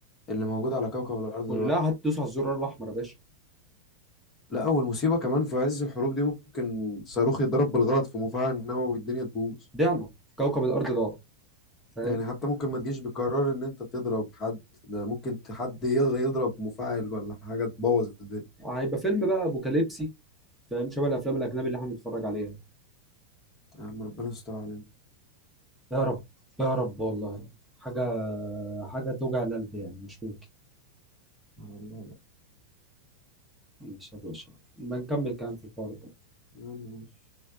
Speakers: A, on the left; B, in the centre.
A: اللي موجود على كوكب الارض دلوقتي
B: كلها هتدوس على الزرار الاحمر يا باشا
A: لا والمصيبه كمان في عز الحروب دي ممكن صاروخ يضرب بالغلط في مفاعل نووي الدنيا تبوظ
B: ضعنا كوكب الارض ضاع فاهم
A: يعني حتى ممكن ما تجيش بقرار ان انت تضرب حد ده ممكن ت- حد يلا يضرب مفاعل ولا حاجة تبوظ الدنيا
B: هيبقى فيلم بقى ابوكاليبسي فاهم شبه الافلام الاجنبي اللي احنا بنتفرج عليها
A: يا عم ربنا يستر علينا
B: يا رب يا رب والله
A: مم.
B: حاجة حاجة توجع القلب يعني مش ممكن
A: على الله بقى
B: ماشي يا باشا بنكمل كلام في الحوار ده
A: يا عم ماشي